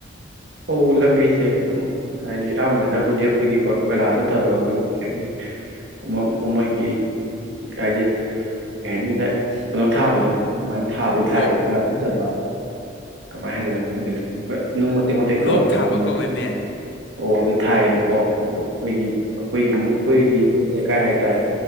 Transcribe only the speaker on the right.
ꯑꯣ ꯂꯝꯕꯤꯁꯦ ꯑꯗꯨꯝ ꯍꯥꯏꯗꯤ ꯑꯌꯥꯝꯕꯅꯕꯨꯗꯤ ꯑꯩꯈꯣꯏꯒꯤꯀꯣ ꯀꯣꯏꯂꯥꯁ ꯅꯠꯇꯕ ꯑꯩꯈꯣꯏꯒꯤ ꯀꯩ ꯍꯥꯏꯅꯤ ꯃ‌ꯥ ꯃꯣꯏꯒꯤ <unintelligible> ꯀꯩ ꯍꯥꯏꯅꯤ ꯗꯥ ꯀꯩꯅꯣ ꯊꯥꯕꯗꯣ ꯑꯗꯨꯃꯥꯏꯅ ꯊꯥꯕꯗꯤ
ꯊꯥꯏꯌꯦꯕ ꯀ‌ꯣꯏꯂꯥꯁ ꯅꯠꯇꯕ ꯀꯃꯥꯏꯅ ꯍꯥꯏꯗꯣꯏꯅꯣ ꯈꯪꯗꯦꯅꯦ ꯍꯣꯏ ꯅꯨꯡ ꯃꯇꯦꯛ ꯃꯇꯦꯛ
ꯇꯧꯔ
ꯁꯝ
ꯑꯣ ꯑꯗꯨ ꯊꯥꯏꯌꯦꯕꯀꯣ ꯑꯗꯨꯒ ꯑꯩꯈꯣꯏꯒꯤ ꯑꯩꯈꯣꯏꯒꯤ ꯑꯩꯈꯣꯏꯒꯤ ꯑꯩꯈꯣꯏ ꯂꯩꯀꯥꯏ ꯍꯥꯏꯇꯥꯔꯦ